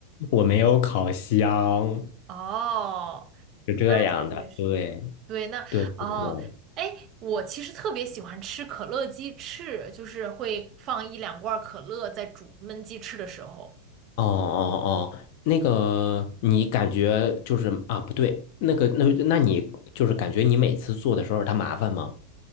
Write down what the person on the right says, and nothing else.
哦，
那确实，
对，那哦，
哎，我其实特别喜欢吃可乐鸡翅，就是会放一两罐可乐在煮焖鸡翅的时候，